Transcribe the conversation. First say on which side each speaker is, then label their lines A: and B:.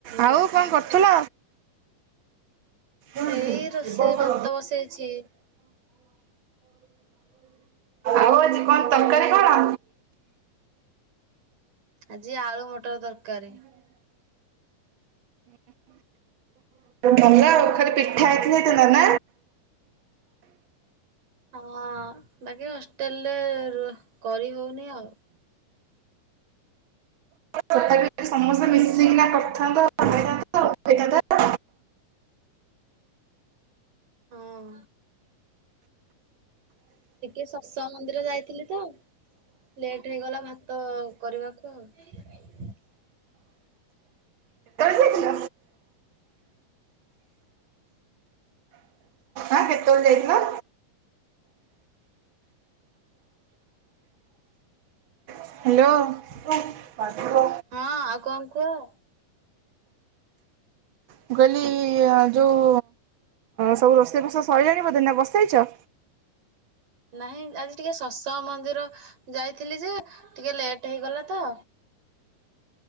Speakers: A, on the right; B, on the right.
A: ଆଉ କଣ କରୁଥିଲ? ହଁ
B: ଏଇ ରୋଷେଇ
A: ଏ ବର୍ଷ
B: ଭାତ ବସେଇଛି
A: ଆଉ ଆଜି କଣ ତରକାରୀ କଣ?
B: ଆଜି ଆଳୁ ମଟର ତରକାରୀ।
A: ଭଲ କାଲି ପିଠା ଆଇଥିଲା ଥିଲା ନା
B: ହଁ ବାକି ହଷ୍ଟେଲରେ ରୋ କରି ହଉନି ଆଉ।
A: ତଥାପି ସମସ୍ତେ ମିଶିକିନା କରିଥାନ୍ତ ନେଇଥାନ୍ତ <unintelligible>
B: ହଁ। ଟିକେ ସତସଂ ମନ୍ଦିର ଯାଇଥିଲି ତ ଲେଟ ହେଇଗଲା ଭାତ କରିବାକୁ ଆଉ।
A: ଯାଇଥିଲ? କେତେବେଳେ ଯାଇଥିଲ? ହ୍ୟାଲୋ।
B: ହଁ ଆଉ କଣ କୁହ?
A: ମୁଁ କହିଲି ଯୋଉ ସବୁ ରୋଷେଇ ବାସ ସରିିଲାଣି ବଧେ ନା ବସେଇଛ?
B: ନାହିଁ ଆଜି ଟିକେ ସତସଙ୍ଗ ମନ୍ଦିର ଯାଇଥିଲି ଯେ ଟିକେ ଲେଟ୍ ହେଇଗଲା ତ।